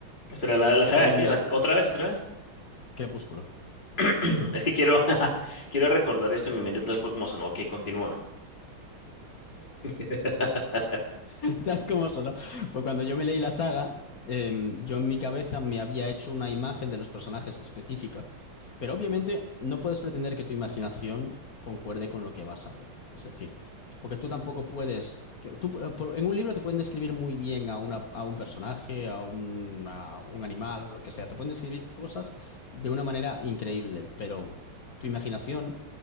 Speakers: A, on the left; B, on the left.
A: Espera, ¿la, la saga
B: cuando
A: de qué?
B: me...
A: ¿La- ¿Otra vez, otra vez?
B: Crepúsculo.
A: <clears throat> Es que quiero, <laughs> quiero recordar esto en mi mente tal cual como sonó. Ok, continúa. <laughs>
B: Tal como sonó. Pues cuando yo me leí la saga, eh, yo en mi cabeza me había hecho una imagen de los personajes específica, pero obviamente no puedes pretender que tu imaginación concuerde con lo que vas a ver. Es decir, porque tú tampoco puedes... que- tú, eh, por- en un libro te pueden describir muy bien a, una- a un personaje, a un, a un animal o lo que sea. Te pueden describir cosas de una manera increíble, pero tu imaginación